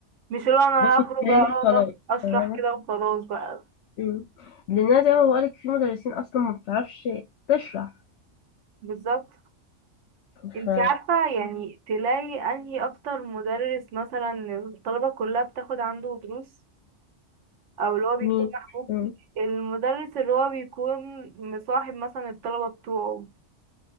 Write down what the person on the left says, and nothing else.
واخد
شهادة
خلاص
فاهمة
أمم. لان زي ما بقولك في مدرسين اصلا ما بتعرفش تشرح
ف
مين
أمم.